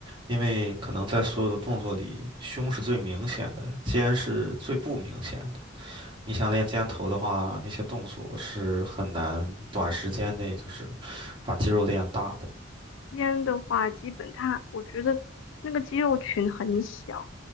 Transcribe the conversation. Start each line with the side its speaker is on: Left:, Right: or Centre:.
Right: 因为可能在所有的动作里，胸是最明显的，肩是最不明显的。你想练肩头的话，那些动作是很难短时间内就是把肌肉练大的。
Left: 肩的话，基本它我觉得那个肌肉群很小。